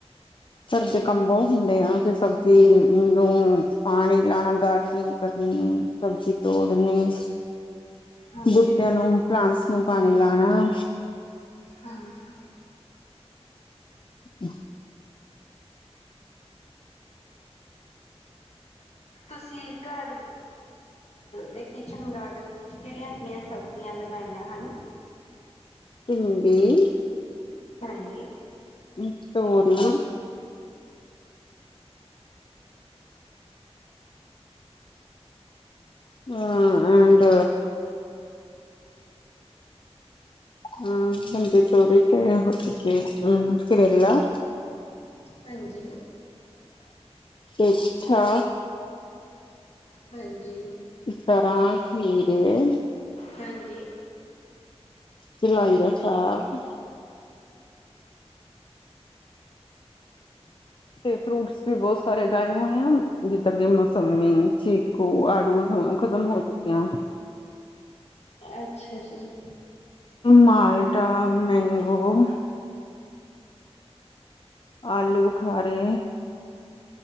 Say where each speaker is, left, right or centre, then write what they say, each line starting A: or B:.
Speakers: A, on the left; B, on the left.
A: ਘਰ ਦੇ ਕੰਮ ਬਹੁਤ ਹੁੰਦੇ ਆ ਤੇ ਸਬਜ਼ੀ ਨੂੰ ਪਾਣੀ ਲਾਉਣਾ ਗਾਡ ਨ ਕਰ ਸਬਜ਼ੀ ਤੋੜਨੀ
B: ਹਾਂਜੀ
A: ਬੁਟਿਆਂ ਨੂੰ ਪਲਾਂਟ ਨੂੰ ਪਾਣੀ ਲਾਉਣਾ
B: ਹਾਂਜੀ
A: ਹਮ
B: ਤੁਸੀਂ ਘਰ ਦੇ ਕਿਚਨ ਗਾਰਡਨ ਵਿੱਚ ਕਿਹੜੀਆਂ ਕਿਹੜੀਆਂ ਸਬਜ਼ੀਆਂ ਲਗਾਈਆਂ ਹਨ
A: ਭਿੰਡੀ
B: ਹਾਂਜੀ
A: ਅ ਹੋਰੀ ਹਾਂ ਅਂਡ ਹਮ ਹਜੀ ਤੋੜੀ ਤੇ ਅਮ ਕਰੇਲਾ
B: ਹਾਂਜੀ
A: ਅੱਛਾ
B: ਹਾਂਜੀ
A: ਤਰਾਂ ਖੀਰੇ
B: ਹਾਂਜੀ
A: ਚਲਾਈ ਦਾ ਸਾਗ ਤੇ ਫਰੂਟਸ ਵੀ ਬਹੁਤ ਸਾਰੇ ਲਾਏ ਹੋਏ ਆ ਜਿੱਦਾਂ ਕਿ ਮੌੋਸੰਮੀ ਚੀਕੂ ਆੜੂ ਖਤਮ ਹੋ ਚੁੱਕੇ
B: ਅੱਛਾ ਜੀ ਜੀ
A: ਮਾਲਟਾ ਮੈਂਗੋ ਆਲੂ ਬੁਖਾਰੇ